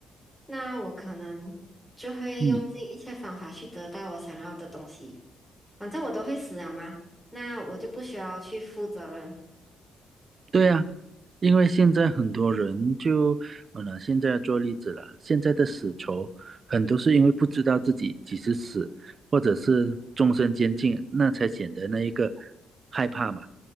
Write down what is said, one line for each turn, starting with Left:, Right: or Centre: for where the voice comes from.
Centre: 那我可能就会用尽一切方法去得到我想要的东西。
Right: 嗯。
Centre: 反正我都会死了嘛，那我就不需要去负责任。
Right: 对呀，因为现在很多人就，嗯，拿现在做例子了，现在的死囚很多是因为不知道自己几时死，或者是终身监禁，那才显得那一个害怕嘛。